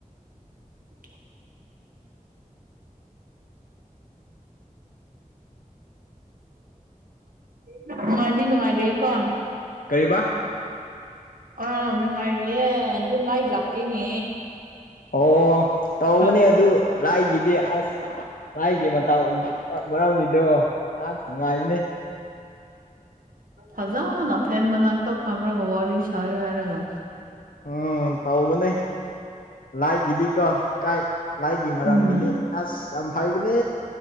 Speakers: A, on the right; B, on the left.
A: <inaudible> ꯅꯨꯡꯉꯥꯏꯅꯤ ꯅꯨꯡꯉꯥꯏꯔꯦ ꯀꯣ
B: ꯀꯩꯕꯥ
A: ꯑꯥꫭꯅꯨꯡꯉꯥꯏꯔꯤꯑꯦ ꯑꯗꯨ ꯂꯥꯏ ꯂꯥꯛꯇꯦꯅꯦ
B: ꯑꯣ ꯇꯧꯕꯅꯦ
A: ꯍ
B: ꯑꯗꯨ ꯂꯥꯏꯒꯤꯗꯤ ꯑꯁ ꯂꯥꯏꯒꯤ ꯃꯇꯧ ꯃꯔꯝꯒꯤꯗꯣ ꯑꯥꯁ ꯅꯨꯡꯉꯥꯏꯕꯅꯦ
A: ꯐꯖꯕꯅ ꯐꯦꯟ ꯃꯅꯥꯛꯇ ꯐꯝꯃꯒ ꯋꯥꯔꯤ ꯁꯥꯒꯦ ꯍꯥꯏꯔꯒ
B: ꯎꯝ ꯇꯧꯕꯅꯦ ꯂꯥꯏꯈꯤꯗꯤꯀꯣ ꯀꯥꯏ ꯂꯥꯏꯒꯤ ꯃꯔꯝꯒꯤꯅꯤ
A: ꯎꯝ
B: ꯑꯁ ꯌꯥꯝ ꯍꯩꯕꯅꯦ